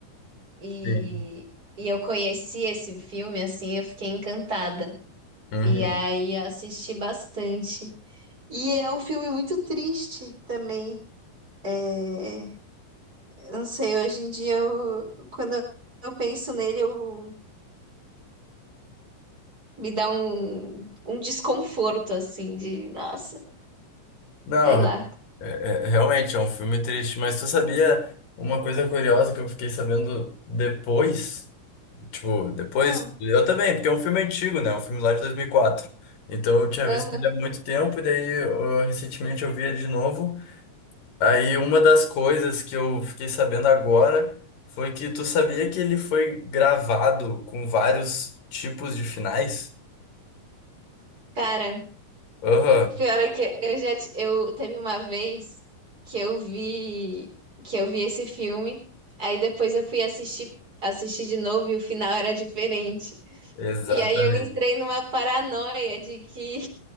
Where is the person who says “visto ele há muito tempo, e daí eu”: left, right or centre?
Left